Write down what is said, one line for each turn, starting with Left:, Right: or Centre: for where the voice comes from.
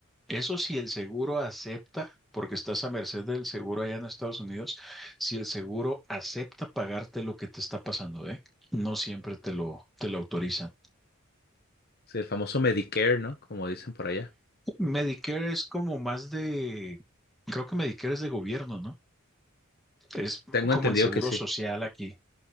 Centre: Eso si el seguro acepta, porque estás a merced del seguro allá en Estados Unidos, si el seguro acepta pagarte lo que te está pasando, ¿eh? No siempre te lo, te lo autorizan.
Left: Sí, el famoso Medicare, ¿no? Como dicen por allá.
Centre: Medicare es como más de, creo que Medicare es de gobierno, ¿no? Es
Left: Tengo
Centre: como
Left: entendido
Centre: el seguro
Left: que sí.
Centre: social aquí.